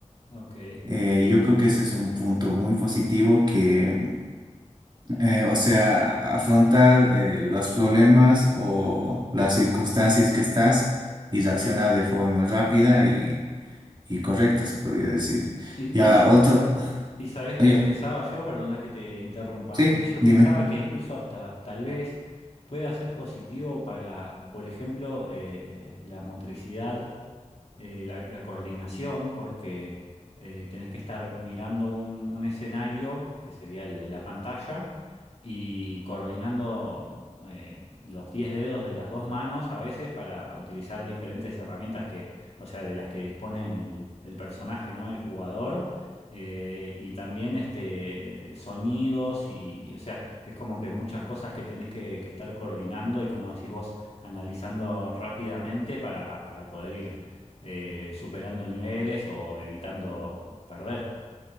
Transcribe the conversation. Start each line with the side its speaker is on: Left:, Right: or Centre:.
Left: Ok.
Right: Eh, yo creo que ese es un punto muy positivo que, eh, o sea, afrontar eh, los problemas o las circunstancias que estás y reaccionar de forma rápida y, y correcta, se podría decir.
Left: ¿Y,
Right: Y ahora
Left: y
Right: otro,
Left: Y sabés qué
Right: oh, ya,
Left: pensaba yo, perdona que te interrumpa,
Right: sí,
Left: eh, yo
Right: dime,
Left: pensaba que incluso hasta tal vez pueda ser positivo para, por ejemplo, eh, la motricidad, eh, la, la coordinación, porque eh, tenés que estar mirando un, un escenario, que sería el de la pantalla, y coordinando eh, los 10 dedos de las dos manos a veces para utilizar diferentes herramientas que, o sea, de las que dispone el, el personaje, ¿no? El jugador. eh, y también este, sonidos y, o sea, es como que muchas cosas que tenés que, que estar coordinando y como decís vos, analizando rápidamente para, para poder ir eh, superando niveles o evitando perder.